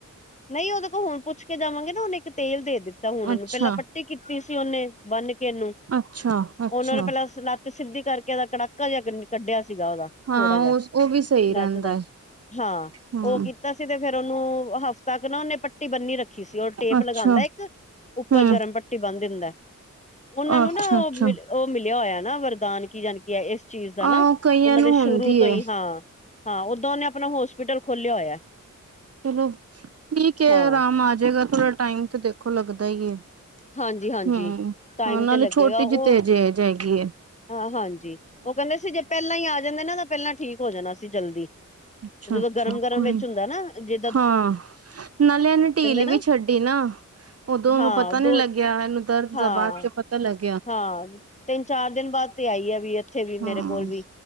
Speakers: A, on the left; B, on the right.
A: ਨਈ ਉਹਦੇ ਕੋਲ ਹੁਣ ਪੁੱਛ ਕੇ ਜਾਵਾਂਗੇ ਨਾ, ਉਹਨੇ ਇੱਕ ਤੇਲ ਦੇ ਦਿੱਤਾ ਹੁਣ ਇਹਨੂੰ
B: ਅੱਛਾ
A: ਪਹਿਲਾਂ ਪੱਟੀ ਕੀਤੀ ਸੀ ਉਹਨੇ ਬੰਨ੍ਹ ਕੇ ਇਹਨੂੰ
B: ਅੱਛਾ। ਅੱਛਾ
A: ਉਹਨਾ ਨੇ ਪਹਿਲਾਂ ਲੱਤ ਸਿੱਧੀ ਕਰਕੇ ਉਹਦਾ ਕੜਾਕਾ ਜਿ ਕੱਢਿਆ ਸੀਗਾ, ਉਹਦਾ
B: ਹਾਂ
A: ਥੋੜਾ ਜਿਹਾ
B: ਉਹ ਉਹ ਵੀ ਸਹੀ
A: ਲੱਤ
B: ਰਹਿੰਦਾ
A: ਦਾ
B: ਹੈ
A: ਹਾਂ,
B: ਹੂੰ
A: ਉਹ ਕੀਤਾ ਸੀ ਤੇ ਫੇਰ ਉਹਨੂੰ ਹਫ਼ਤਾ ਕ ਨਾ ਉਹਨੇ ਪੱਟੀ ਬੰਨੀ ਰੱਖੀ ਸੀ ਉਹ ਟੇਪ
B: ਅੱਛਾ
A: ਲਗਾਉਂਦਾ ਇੱਕ, ਉੱਪਰ
B: ਹੂੰ
A: ਗਰਮ ਪੱਟੀ ਬੰਨ ਦਿੰਦਾ। ਉਹਨਾਂ ਨੂੰ
B: ਅੱਛਾ
A: ਨਾ
B: ਅੱਛਾ
A: ਉਹ ਮ ਉਹ ਮਿਲਿਆ ਹੋਇਆ ਨਾ ਵਰਦਾਨ ਕੀ ਜਾਨਕੀ ਐ, ਇਸ ਚੀਜ਼ ਦਾ ਨਾ
B: ਆਹੋ ਕਈਆਂ
A: ਉਹਨਾਂ
B: ਨੂੰ
A: ਦੇ ਸ਼ੁਰੂ
B: ਹੁੰਦੀ
A: ਤੋਂ
B: ਏ
A: ਹੀ ਹਾਂ ਹਾਂ, ਓਦਾਂ ਉਹਨੇ ਆਪਣਾ ਹੋਸਪਿਟਲ ਖੋਲਿਆ ਹੋਇਆ।
B: ਚਲੋ ਠੀਕ ਐ,
A: ਹਾਂ
B: ਆਰਾਮ ਆ ਜਾਏਗਾ ਥੋੜਾ ਟਾਈਮ ਤੇ ਦੇਖੋ ਲੱਗਦਾ ਹੀ ਏ ਹੂੰ,
A: ਹਾਂਜੀ ਹਾਂਜੀ ਟਾਈਮ
B: ਹਾਂ ਨਾਲੇ
A: ਤੇ ਲੱਗੇਗਾ
B: ਛੋਟੀ
A: ਉਹ
B: ਜਿਹੀ ਤੇ ਜੇ ਏਜ ਹੈਗੀ ਏ
A: ਹਾਂ ਹਾਂਜੀ। ਉਹ ਕਹਿੰਦੇ ਸੀ ਜੇ ਪਹਿਲਾਂ ਹੀ ਆ ਜਾਂਦੇ ਨਾ ਤਾਂ ਪਹਿਲਾਂ ਠੀਕ ਹੋ ਜਾਣਾ ਸੀ ਜਲਦੀ।
B: ਅੱਛਾ-ਅੱਛਾ,
A: ਜਦੋਂ ਗਰਮ ਗਰਮ
B: ਕੋਈ।
A: ਵਿੱਚ ਹੁੰਦਾ ਨਾ ਜੇ।
B: ਹਾਂ ਨਾਲੇ ਇਹਨੇ ਢੀਲ
A: ਨਾ
B: ਵੀ ਛੱਡੀ ਨਾ, ਉਦੋਂ ਉਹਨੂੰ
A: ਹਾਂ
B: ਪਤਾ
A: ਦੋ
B: ਨੀ ਲੱਗ ਗਿਆ ਇਹਨੂੰ ਦਰਦ
A: ਹਾਂ
B: ਦਾ ਬਾਅਦ ਚ ਪਤਾ ਲੱਗ
A: ਹਾਂ, ਤਿੰਨ ਚਾਰ ਦਿਨ ਬਾਅਦ ਤੇ ਆਈ ਆ ਵੀ ਇੱਥੇ ਵੀ
B: ਹਾਂ
A: ਮੇਰੇ ਕੋਲ ਵੀ